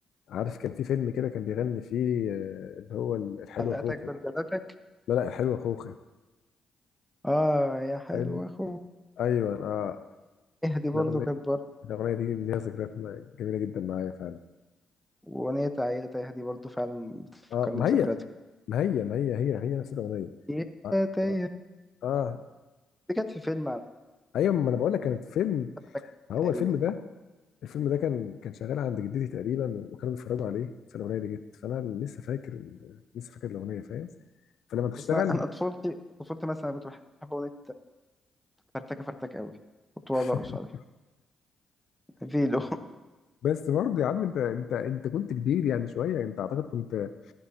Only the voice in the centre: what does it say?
حلقاتك
برجلاتك
اه يا حلو
اخو
يهدي برضو
كانت برضه
واغنية عيلة تيهدي برضو فعلا بتفكرني
بذكريات
يا
تيهدي
دي كانت في فيلم على
فكرة
تقريبا
بس انا أنا طفولتي طفولتي مثلا كنت بحب اغنية فرتكة فرتكة قوي كنت
بقدر صالح فيلو <laughs>